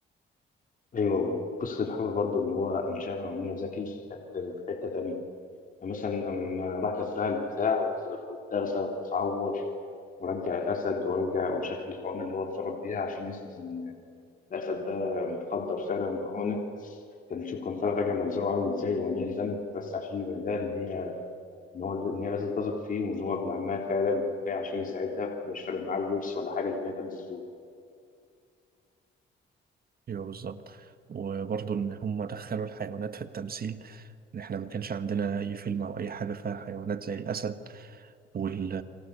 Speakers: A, on the left; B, on the right.
A: أيوه قصة الحب برضه اللي هو أنشأها مع منى زكي كانت في حتة تانية مثلا لما راح دبها البتاع واتدغدغ واتعور ورجع الأسد ورجع وشكل الحقنة اللي هو اتضرب بيها عشان يثبت إن الأسد ده متخدر فعلا بحقنة كان نشوف كان طالع راجع منظره عامل إزاي ومليان دم بس عشان يبين لها إن هي إن هو إن هي لازم تثق فيه وإن هو ابن عمها فعلا جاي عشان يساعدها ومش فارق معاه الورث ولا حاجة زي ما هي كانت بتقول.
B: ايوه بالظبط وبرضه ان هم دخلوا الحيوانات في التمثيل ان احنا ما كانش عندنا اي فيلم او اي حاجه فيها حيوانات زي الاسد وال